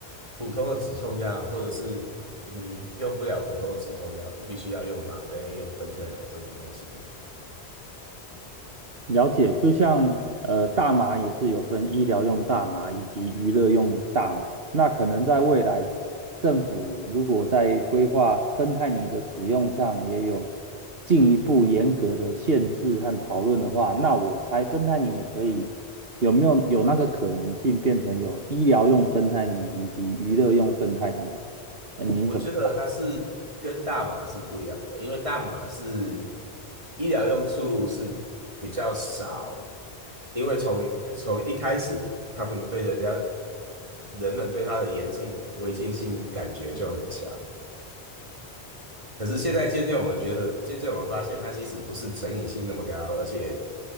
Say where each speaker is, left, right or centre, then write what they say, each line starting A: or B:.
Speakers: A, on the right; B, on the right.
A: 普通的止痛药，或者是你用不了普通的止痛药，你必须要用吗啡、用芬太柔这种东西。
B: 了解，就像呃，大麻也是有分医疗用大麻以及娱乐用大麻。那可能在未来，政府如果在规划芬太尼的使用上也有进一步严格的限制和讨论的话，那我猜芬太尼也可以有没有有那个可能性变成有医疗用芬太尼以及娱乐用芬太尼？呃您怎么？
A: 我觉得它是跟大麻是不一样的，因为大麻是医疗用处是比较少，因为从从一开始他们对人家人们对它的严禁违禁性感觉就很强，可是现在渐渐我们觉得，渐渐我们发现它其实不是成瘾性那么高，而且